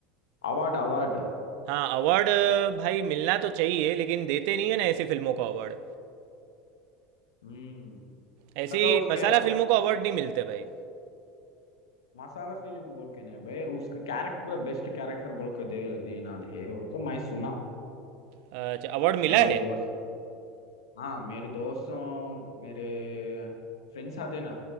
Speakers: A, on the left; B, on the right.
A: Award award
B: हाँ अवार्ड भाई मिलना तो चाहिए लेकिन देते नहीं है ना ऐसी फिल्मों को अवार्ड
A: हम्म
B: ऐसी
A: कतो उसके
B: मसाला फिल्मों को अवार्ड नहीं मिलते भाई
A: मसाला फिल्म बोल के नहीं भाई उसका कैरेक्टर बेस्ट कैरेक्टर बोल के दे देना है वो तो मैं सुना
B: अच्छा अवार्ड मिला
A: मेरे
B: है
A: दोस्त हाँ मेरे दोस्तों मेरे फ्रेंड्स आते ना